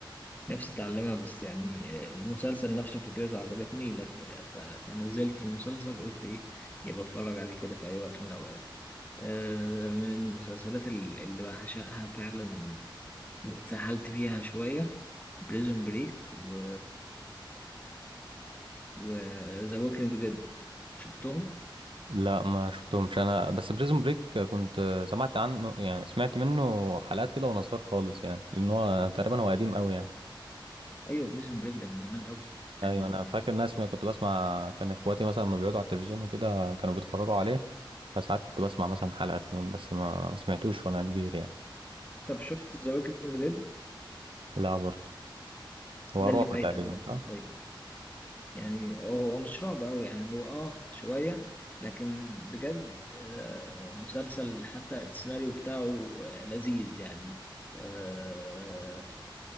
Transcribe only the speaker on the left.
نفسي اتعلمها بس يعني آه، المسلسل نفسه فكرته عجبتني لك ف... فنزلت المسلسل قلت ايه يبقى اتفرج عليه كده في اي وقت من الاوقات آه، من المسلسلات ال- اللي بعشقها فعلا واتسحلت فيها شوية بريزون بريك و و ذا ووكينج ديد شفتهم
ايوه بريزون بريك ده من زمان قوي يعني
طب شفت ذا ووكينج ديد
ده
اللي فايتك
بقى
طيب. يعني هو هو مش رعب قوي يعني هو اه شويه لكن بجد آه مسلسل حتى السيناريو بتاعه آه، لذيذ يعني آه